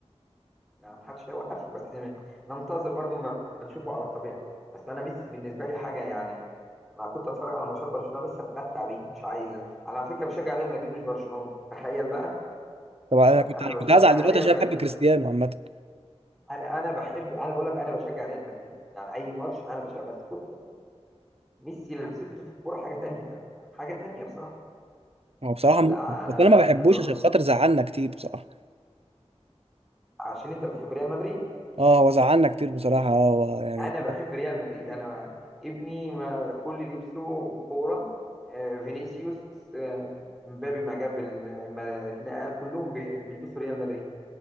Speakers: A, in the centre; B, on the right.
A: يعني محدش هيوقفه بس ن- ننتظر برضو ما نشوفه على الطبيعة بس انا ميسي بالنسبة لي حاجة يعني انا كنت اتفرج على ماتشات برشلونة بس اتمتع بيه مش عايز انا على فكرة بشجع ريال مدريد مش برشلونة تخيل بقى
B: طبعا
A: يعني
B: انا كنت
A: انا
B: انا
A: بشجع
B: كنت هزعل دلوقتي
A: ريال
B: عشان
A: مدريد
B: بحب كريستيانو عامه
A: انا انا بحب انا بقول لك انا بشجع ريال مدريد يعني اي ماتش انا بشجع بس كنت ميسي لمسته في الكورة حاجة تانية حاجة تانية بصراحة
B: هو بصراحه
A: لا
B: ممتع
A: لا انا
B: بس انا ما بحبوش
A: ب- بموت
B: عشان خاطر زعلنا كتير بصراحه
A: عشان انت بتحب ريال مدريد
B: اه هو زعلنا كتير بصراحه اه هو يعني
A: انا بحب ريال مدريد انا ابني ما كل اللي لبسه كوره آه، فينيسيوس آه، مبابي ما جاب ال- ما اتنقل كلهم بي- بيلبسوا ريال مدريد